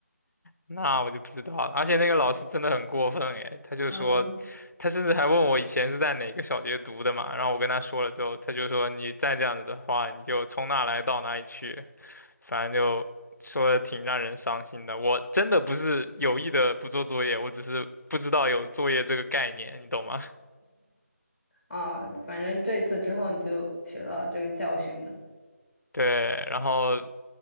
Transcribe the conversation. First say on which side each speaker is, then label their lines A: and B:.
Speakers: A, on the left; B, on the left.
A: 那我就不知道了。而且那个老师真的很过分诶，他就说，
B: 嗯，
A: 他甚至还问我以前是在哪个小学读的嘛。然后我跟他说了之后，他就说你再这样子的话，你就从哪来到哪里去。反正就说的挺让人伤心的。我真的不是有意的不做作业，我只是不知道有作业这个概念，你懂吗？
B: 啊，反正这次之后你就学到这个教训了，
A: <laughs> 对，然后